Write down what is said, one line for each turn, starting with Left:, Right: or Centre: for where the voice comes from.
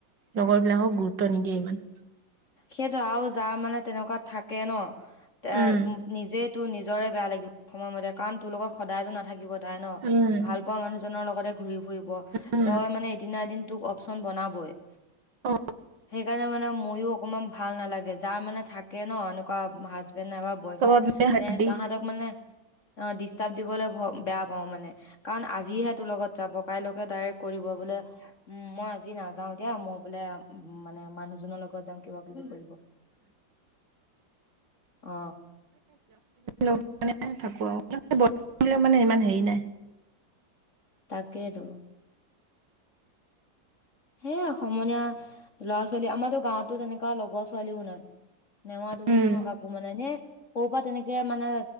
Right: লগৰ বিলাকক গুৰুত্ব নিদিয়ে ইমান।
Left: সেইটোৱে আৰু যাৰ মানে তেনেকুৱা থাকে ন এ
Right: উম
Left: নিজে। টো নিজৰে বেয়া লাগিব সময়মতে কাৰণ তোৰ লগত সদায়তো নাথাকিব। তাই ন
Right: উম
Left: ভাল পোৱা মানুহজনৰ লগতে। ঘুৰি ফুৰিব,
Right: উম
Left: তই মানে এদিনা এদিন তোক অপচন বনাবই।
Right: অ
Left: সেইকাৰণে মানে ময়ো অকমান ভাল নালাগে। যাৰ মানে থাকে ন এনেকুৱা হাজ। বেন নাইবা বয়ফ্ৰূ
Right: কাবাব মে হাড্ডি
Left: তাহতক মানে ডিষ্টাৰ্ব দিবলৈ ভ <unintelligible> বেয়া পাও মানে, কাৰণ আজিহে তোৰ লগত। যাব কাইলৈকে ডাইৰেক্ কৰিব বোলে উ মই আজি নাযাও দিয়া মোৰ বোলে মানে মানুহ। জনৰ লগত যাম কিবা কিবি কৰিব। অ
Right: লগত থাকো আৰু মানে ইমান হেৰি নাই।
Left: তাকেতো। সে সমনীয়া ল'ৰা ছোৱালী আমাৰতো গাঁৱতো তেনেকুৱা লগৰ ছোৱালীও নাই। নেমাতো
Right: উম
Left: নহয় কাকো মানে এনে সৰু পৰা তেনেকে মানে